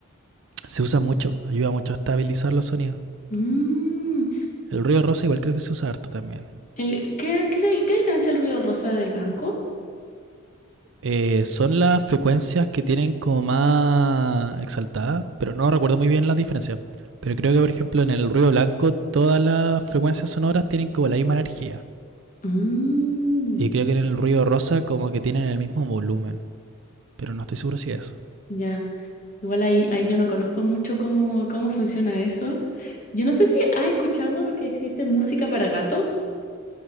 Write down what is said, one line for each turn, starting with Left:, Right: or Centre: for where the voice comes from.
Right: Se usa mucho, ayuda mucho a estabilizar los sonidos.
Left: Mm.
Right: El ruido rosa igual creo que se usa harto también.
Left: El, ¿qué, qué, se- qué diferencia el ruido rosa del blanco?
Right: Eh, son las frecuencias que tienen como más exaltada, pero no recuerdo muy bien las diferencias. Pero creo que, por ejemplo, en el ruido blanco todas las frecuencias sonoras tienen como la misma energía.
Left: Mm.
Right: Y creo que en el ruido rosa como que tienen el mismo volumen. Pero no estoy seguro si es. eso.
Left: Ya. Igual ahí, ahí yo no conozco mucho cómo, cómo funciona eso. Yo no sé si has escuchado que existe música para gatos.